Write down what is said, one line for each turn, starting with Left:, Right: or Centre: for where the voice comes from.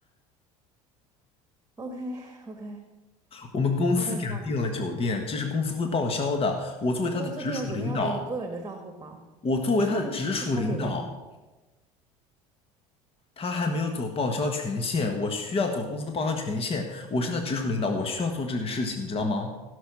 Right: ？OK OK
Left: 我们公司给他订了酒店，
Right: OK fine。
Left: 这是公司会报销的。我作为他的直属领导，
Right: 公司订了酒店要走你个人的账户吗？
Left: 我作为他的直属领导，
Right: 需要你去开酒店吗？
Left: 他还没有走报销权限，我需要走公司的报销权限。我是他的直属领导，我需要做这个事情，你知道吗？